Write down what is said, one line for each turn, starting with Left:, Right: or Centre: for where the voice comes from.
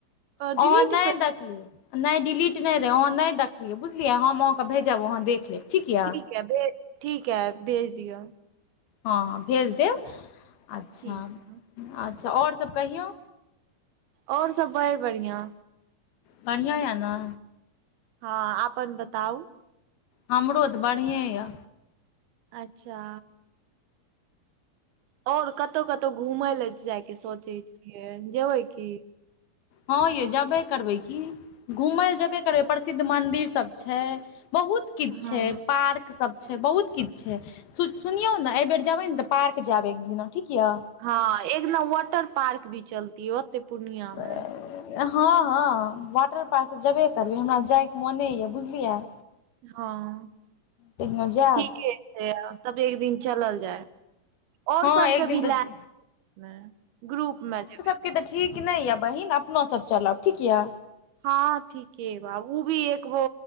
Left: अहाँ
Right: डिलीट
Left: नहि
Right: कर
Left: नहि डिलीट नहि रहै अहाँ नहि देखलियै बुझलियै, हम अहाँके भेजब अहाँ देख लेब ठीक ये।
Right: भेज, ठीक ये, भेज दियऽ।
Left: हँ भेज देब, अच्छा,
Right: ठीक है
Left: अच्छा आओर सब कहियौ।
Right: आओर सब बड़ बढ़िआँ।
Left: बढ़िआँ ये ने
Right: हँ अपन बताउ
Left: हमरो तऽ बढ़िएँ ये।
Right: अच्छा। और कतहु कतहु घूमय ले जाय के सोचै छियै, जेबै की
Left: हँ यै जेबे करबै की घुमय ले जेबे करबै, प्रसिद्ध मन्दिर सब छै बहुत किछु
Right: हँ
Left: छै, पार्क सब छै, बहुत किछु छै, सुनियौ ने एहिबेर जायब ने तऽ पार्क जायब एक दिना ठीक ये।
Right: हँ एक दिना वाटर पार्क भी चलती ओ पूर्णिया मे
Left: आ <unintelligible> हँ हँ वाटर पार्क जेबे करबै, हमरा जाइके मोने ये, बुझलियै।
Right: हँ
Left: तहिना जायब
Right: ठीके छै तब एक दिन चलल जाय और
Left: हँ
Right: सबके
Left: एक दिन
Right: भी
Left: तऽ
Right: लए, ग्रुप मे जेबै
Left: ओ के तऽ ठीक नहि ये बहिन, अपना सब चलब, ठीक ये।
Right: हँ ठीके बा ओ भी एक वो